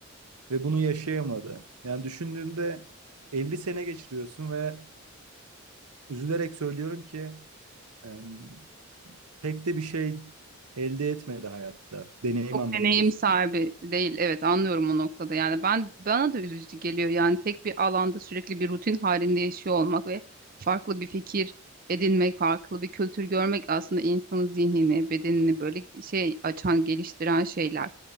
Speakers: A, on the right; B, on the right.
A: ve bunu yaşayamadı. Yani düşündüğünde 50 sene geçiriyorsun ve üzülerek söylüyorum ki em, pek de bir şey elde etmedi hayatta. Deneyim
B: Çok
A: anlamında
B: deneyim
A: söylüyorum.
B: sahibi değil. Evet anlıyorum o noktada. Yani ben bana da üzücü geliyor. Yani tek bir alanda sürekli bir rutin halinde yaşıyor olmak ve farklı bir fikir edinmek, farklı bir kültür görmek aslında insanın zihnini, bedenini böyle şey açan, geliştiren şeyler.